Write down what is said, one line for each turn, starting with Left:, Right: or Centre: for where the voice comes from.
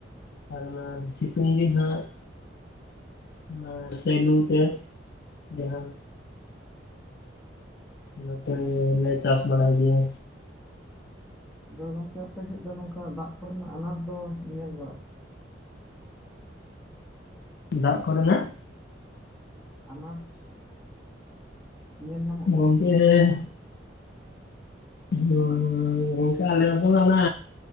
Left: ᱟᱨ ᱚᱱᱟ ᱥᱤᱛᱩᱝ ᱫᱤᱱ ᱦᱟᱸᱜ ᱚᱱᱟ ᱥᱮᱞᱩ ᱛᱮ ᱡᱟᱦᱟᱸ ᱚᱱᱟᱛᱮᱻ
Centre: ᱦᱳᱭ
Left: ᱞᱮ ᱪᱟᱥ ᱵᱟᱲᱟᱭ ᱜᱮᱭᱟ᱾
Centre: ᱟᱫᱚ ᱜᱚᱝᱠᱮ ᱟᱯᱮᱥᱮᱫ ᱫᱚ ᱱᱚᱝᱠᱟ ᱫᱟᱜ ᱠᱚᱨᱮᱱᱟᱜ ᱟᱱᱟᱴ ᱫᱚ ᱧᱮᱞ ᱵᱟᱲᱟᱜ
Left: ᱫᱟᱜ ᱠᱚᱨᱮᱱᱟᱜ?
Centre: ᱟᱱᱟᱴ ᱧᱮᱞ ᱧᱟᱢᱚᱜ
Left: ᱜᱚᱝᱠᱮᱻᱦ
Centre: ᱜᱮᱭᱟ ᱥᱮ ᱵᱟᱝ?
Left: ᱟᱫᱚᱻ ᱜᱚᱝᱠᱮ ᱟᱞᱮ ᱟᱫᱚ ᱟᱱᱟ